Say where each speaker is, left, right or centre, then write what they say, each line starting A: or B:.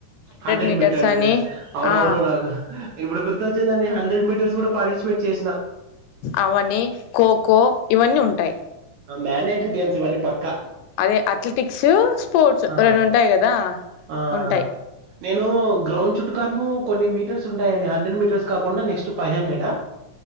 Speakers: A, on the right (about 70°); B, on the left (about 80°).
A: హండ్రెడ్
B: మీటర్స్
A: మీటర్
B: అని
A: అవునవును
B: ఆ
A: నాకు ఇప్పుడు గుర్తు వచ్చిందండి హండ్రెడ్ మీటర్స్ కూడా పార్టిసిపేట్ చేసిన
B: అవని ఖోఖో ఇవన్నీ ఉంటాయి
A: మ్యాన్ డేటరీ గేమ్స్ ఇవన్నీ పక్కా
B: అదే అట్లెటిక్స్ స్పోర్ట్స్
A: ఆ
B: రెండు ఉంటాయి కదా
A: ఆ
B: ఉంటాయి
A: నేను గ్రౌండ్ చుట్టుకారము కొన్ని మీటర్స్ ఉంటాయండి హండ్రెడ్ మీటర్స్ కాకుండా నెక్స్ట్ ఫైవ్ హండ్రెడ